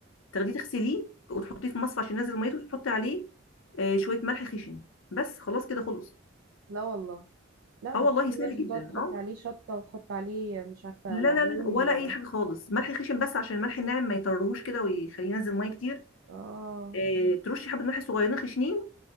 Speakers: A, on the left; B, on the right.
A: تاخديه تغسليه وتحطيه في مصفى عشان ينزل ميته وتحطي عليه آه شويه ملح خشن بس خلاص كده خلص
B: لا والله لا بس
A: اه والله
B: في
A: سهل
B: ناس
A: جدا
B: بتقعد تحط
A: اه
B: عليه شطة وتحط عليه مش عارفة
A: لا
B: ليمون
A: لا لا ولا
B: و...
A: اي حاجه خالص ملح خشن بس عشان الملح الناعم ما يطرهوش كده ويخليه ينزل ميه كتير
B: اه
A: آه ترشي حبه ملح صغيرين خشنين